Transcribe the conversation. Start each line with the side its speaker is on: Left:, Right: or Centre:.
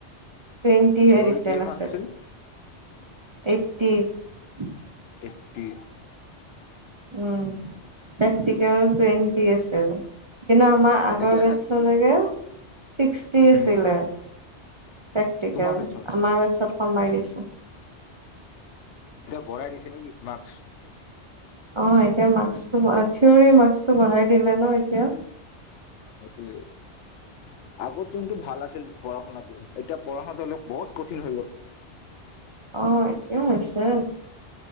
Right: টুৱেণ্টিহে
Left: থিয়ৰী
Right: ৰিটাৰ্ণ
Left: কিমান
Right: আছে
Left: আছিল
Right: এইটটি।
Left: একটি।
Right: উম। প্ৰেকটিকেল দি আছিল কিন্তু আমাৰ আগৰ
Left: এতিয়া
Right: বছলৈকে।
Left: চাগে
Right: ছিক্সটি আছিলে।
Left: উম
Right: প্ৰেক্টিকেল
Left: তোমাৰ বেচত
Right: আমাৰ চত কমাই দিছে।
Left: বৰাই দিছে নেকি মাস্ক।
Right: অ এতিয়া মমাৰ্ক্সটো থিয়ৰ মাস্ক টো বঢ়াই দিলে ন এতিয়া।
Left: সেইটো আগৰ যোনতো ভাল আছিল। পঢ়া শুনাতটো এতিয়া পঢ়া শুনাটো লোক বহুত কঠিন হৈ গ'ল।
Right: অ কিয় আছে।